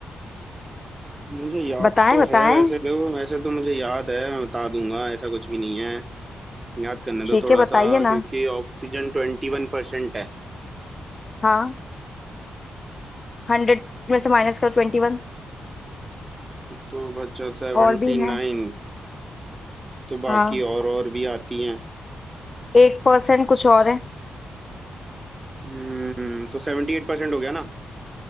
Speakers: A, on the right; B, on the left.
A: मुझे याद
B: बताएं
A: तो
B: बताएं
A: है वैसे देखो वैसे तो मुझे याद है मैं बता दूंगा ऐसा कुछ भी नहीं है याद करने
B: छह
A: दो थोड़ा
B: के बताइए
A: सा
B: ना
A: क्योंकि ऑक्सीजन ट्वेंटी वन परसेंट है
B: हाँ हंड्रेड में से माइनस करो ट्वेंटी वन
A: तो बचा सेवेंटी
B: और भी हैं
A: नाइन तो बाकी
B: हाँ
A: और और भी आती हैं
B: एक परसेंट कुछ और है
A: हम्म तो सेवेंटी एट परसेंट हो गया ना